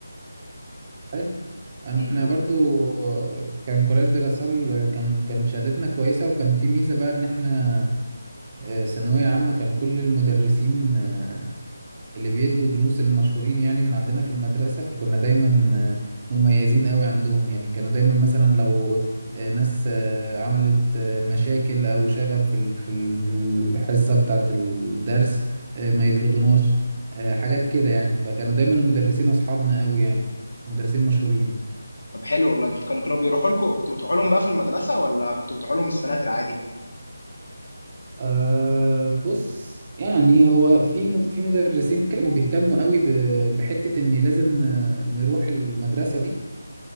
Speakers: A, on the right (about 25°); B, on the left (about 85°).
A: حلو انا
B: مم.
A: احنا برضو آه، كان كولاج دراسال كان كان شهادتنا كويسة وكان في ميزة بقى ان احنا آه، ثانوية عامة كان كل المدرسين آه، اللي بيدوا دروس المشهورين يعني من عندنا في المدرسة فكنا دايما آه، مميزين قوي عندهم يعني كانوا دايما مثلا لو آه، ناس آه، عملت آه، مشاكل أو شغب في ال- في ال- الحصة بتاعة الدرس آه، ما يطردوناش آه، حاجات كده يعني فكانوا دايما المدرسين أصحابنا قوي يعني مدرسين مشهورين
B: طب حلو والله انتوا كانوا كانوا بيروحوا لكم كنتوا بتروحوا لهم بقى في المدرسه ولا كنتوا بتروحوا لهم السناتر عادي
A: أه بص يعني هو في مد- في مدرسين كانوا بيهتموا قوي ب- بحتة إن لازم ن- نروح المدرسة دي